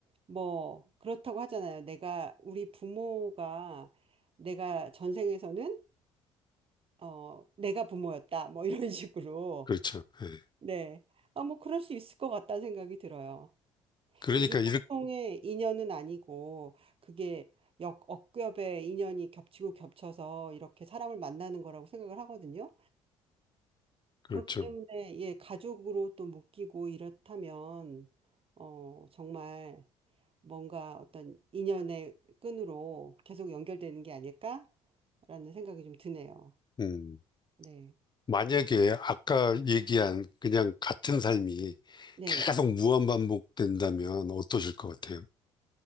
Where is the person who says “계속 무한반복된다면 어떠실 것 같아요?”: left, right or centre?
Left